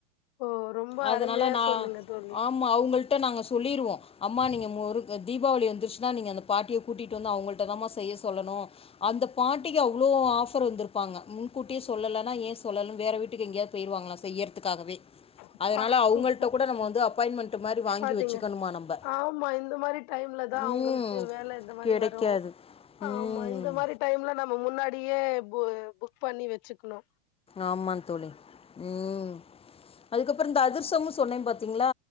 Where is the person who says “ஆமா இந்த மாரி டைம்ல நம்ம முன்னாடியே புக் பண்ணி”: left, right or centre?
Left